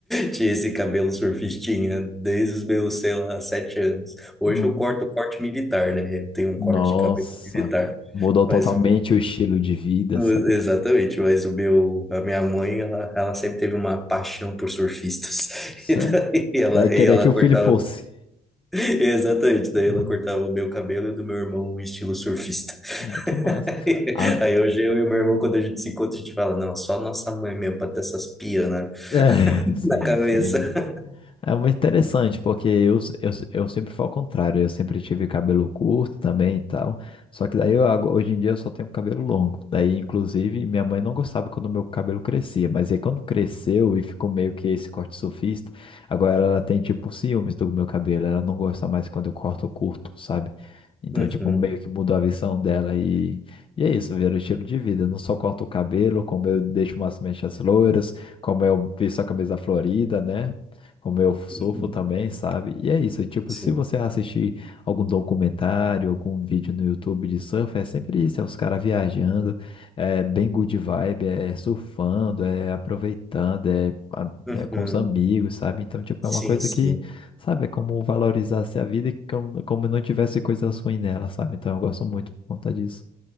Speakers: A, in the centre; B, on the left (about 30°).
A: tinha esse cabelo surfistinha desde os meus, sei lá, sete anos. Hoje
B: Não.
A: eu corto o corte militar, né? Eu tenho um
B: Nossa,
A: corte de cabelo militar.
B: mudou totalmente
A: Mas
B: o estilo de vida,
A: O-
B: sabe?
A: Exatamente, mas o meu, a minha mãe, ela, ela sempre teve uma paixão por surfistas.
B: Sério.
A: <laughs> E daí ela,
B: Daí queria
A: e ela
B: que o
A: cortava,
B: filho fosse.
A: exatamente, daí
B: Uhum.
A: ela cortava o meu cabelo e o do meu irmão em estilo surfista.
B: Ai, que
A: <laughs>
B: massa. Ah,
A: Aí hoje eu e o meu irmão, quando a gente se encontra, a gente fala, não, só nossa mãe mesmo pra ter essas pias na,
B: é, <laughs> sim,
A: na cabeça.
B: sim.
A: <laughs>
B: É muito interessante, porque eu, eu, eu sempre fui ao contrário, eu sempre tive cabelo curto também e tal, só que daí eu, ago- hoje em dia eu só tenho cabelo longo, daí inclusive minha mãe não gostava quando meu cabelo crescia, mas aí quando cresceu e ficou meio que esse corte surfista, agora ela tem tipo ciúmes do meu cabelo, ela não gosta mais quando eu corto curto, sabe? Então
A: Uhum,
B: tipo meio que mudou a visão dela e, e é isso, virou estilo de vida, eu não só corto o cabelo, como eu deixo umas mechas loiras, como eu visto a camisa florida, né? como eu surfo
A: uhum,
B: também, sabe? E é isso, tipo,
A: sim,
B: se você assistir algum documentário, algum vídeo no YouTube de surf, é sempre isso, é os caras viajando, é bem good vibe, é surfando, é aproveitando, é, a-
A: uhum,
B: é com os amigos, sabe? Então, tipo,
A: sim,
B: é uma coisa
A: sim.
B: que, sabe, é como valorizar a vida e como, como não tivesse coisas ruins nela, sabe? Então, eu gosto muito por conta disso.